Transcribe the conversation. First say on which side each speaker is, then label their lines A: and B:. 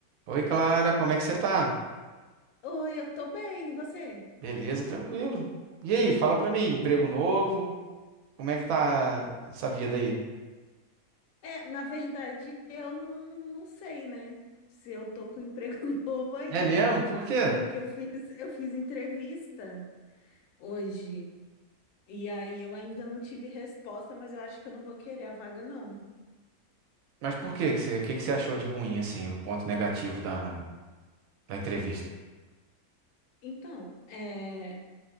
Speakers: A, on the right; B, on the left.
A: Oi, Clara, como é que você tá?
B: Oi, eu tô bem, e você?
A: Beleza, tranquilo. E aí, fala pra mim, emprego novo? Como é que tá essa vida aí?
B: É, na verdade, eu não, não sei, né? Se eu tô com emprego <laughs> novo ainda,
A: É mesmo? Por quê?
B: porque eu fiz, eu fiz entrevista hoje, e aí eu ainda não tive resposta, mas eu acho que eu não vou querer a vaga, não.
A: Mas por quê que você, o que que você achou de ruim, assim, o ponto negativo da, da entrevista?
B: Então, é,